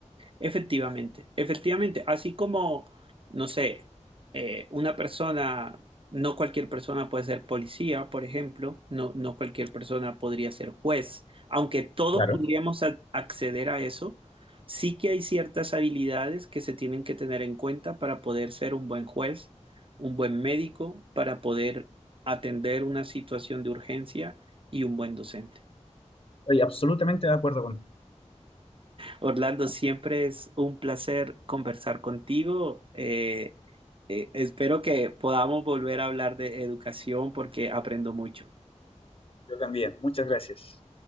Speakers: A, on the right (about 45°); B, on the left (about 50°).
A: Efectivamente, efectivamente, así como, no sé, eh, una persona, no cualquier persona puede ser policía, por ejemplo, no, no cualquier persona podría ser juez, aunque todos
B: Claro.
A: podríamos a- acceder a eso, sí que hay ciertas habilidades que se tienen que tener en cuenta para poder ser un buen juez, un buen médico, para poder atender una situación de urgencia y un buen docente.
B: Estoy absolutamente de acuerdo contigo.
A: Orlando, siempre es un placer conversar contigo. Eh, eh, espero que podamos volver a hablar de educación porque aprendo mucho.
B: Yo también. Muchas gracias.